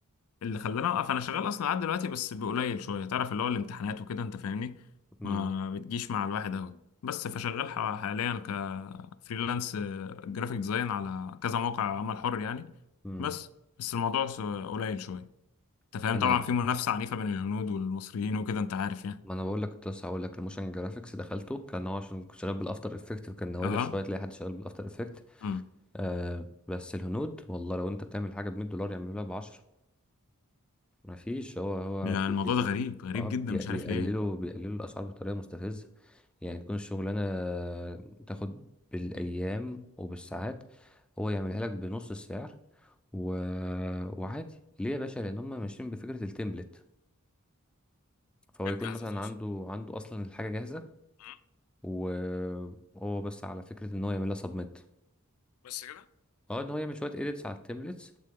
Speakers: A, on the left (about 75°); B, in the centre.
A: اللي خلاني اوقف انا شغال اصلا لحد دلوقتي بس بقليل شويه تعرف اللي هو الامتحانات وكده انت فاهمني
B: امم
A: ما بتجيش مع الواحد قوي بس فشغال ح- حاليا كفريلانس جرافيك ديزاين على كذا موقع عمل حر يعني
B: امم
A: بس بس الموضوع س- قليل شويه انت فاهم
B: انا
A: طبعا في منافسه عنيفه بين الهنود والمصريين وكده انت عارف يعني
B: ما انا بقول لك كنت لسه هقول لك الموشن جرافيكس دخلته كان هو عشان كنت شغال بالافتر افكت كان نوادر
A: اه
B: شويه تلاقي حد شغال بالافتر افكت
A: امم
B: آه بس الهنود والله لو انت بتعمل حاجه ب 100 دولار يعملوا لك ب 10 ما فيش هو هو
A: يعني
B: بي
A: الموضوع
B: بي بي
A: ده غريب غريب
B: آه،
A: جدا
B: بي-
A: مش
B: بيقللوا
A: عارف ليه
B: بيقللوا الاسعار بطريقه مستفزه يعني تكون الشغلانة تاخد بالأيام وبالساعات هو يعملها لك بنص السعر و... وعادي ليه يا باشا لأن هم ماشيين بفكرة التمبلت فهو
A: جت
B: يكون
A: جاهزه
B: مثلا
A: توصل
B: عنده عنده أصلا الحاجة جاهزة
A: مم.
B: وهو بس على فكرة إن هو يعملها سبميت
A: بس كده
B: اه إن هو يعمل شوية إيديتس على التمبلتس